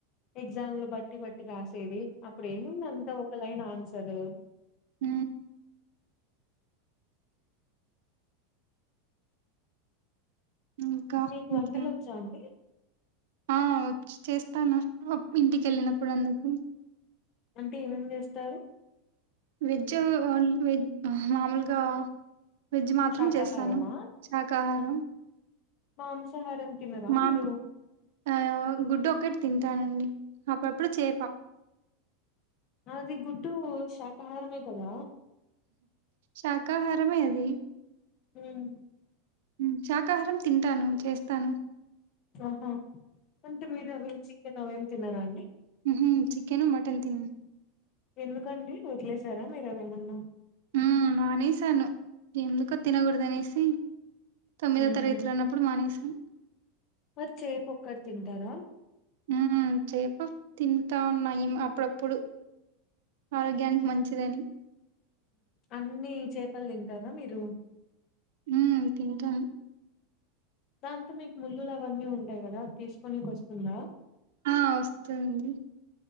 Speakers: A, on the left (about 35°); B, on the right (about 70°).
A: ఎగ్జామ్లు బట్టి బట్టి రాసేది అప్పుడు ఏముంది అంతా ఒక లైన్ ఆన్సరు
B: ఉం ఇంకా
A: మీకు
B: ఇంకేం
A: వంటలు వచ్చా అండి
B: ఆ వ చేస్తాను ఇంటికి వెళ్ళినప్పుడు అందుకు
A: అంటే ఏమేమి చేస్తారు
B: వెజ్ ఓన్ వెజ్ మామూలుగా వెడ్జ్ మాత్రం
A: శాకాహారమా
B: చేస్తాను శాకాహారం
A: మాంసాహారం తినరా
B: మా
A: మీరు
B: ఆ గుడ్ ఒకటి తింటానండి అప్పుడప్పుడు చేప
A: అది గుడ్డు శాకాహారమే కదా
B: శాకాహారమే అది
A: ఉం
B: ఉం శాకాహారం తింటాను చేస్తాను
A: ఆహా అంటే మీరు అవి చికెన్ అవేమి తినారా అండి
B: హు హమ్ చికెను మటన్ తినను
A: ఎందుకండి వదిలేసారా మీరు అవేమన్నా
B: ఆ మానేశాను ఎందుకు తినకూడదు అనేసి తొమ్మిదో
A: ఉహు
B: తరగతిలో ఉన్నప్పుడు మానేసం
A: మరి చేప ఒక్కటి తింటారా
B: ఉం చేప తింటా ఉన్నా ఇ అప్పుడప్పుడు ఆరోగ్యానికి మంచిదని
A: అన్ని చేపలు తింటారా మీరు
B: ఉం తింటాను
A: దాంతో మీకు ముళ్ళులు అవన్నీ ఉంటాయి కదా తీసుకోనికి వస్తుందా
B: ఆ వస్తుండి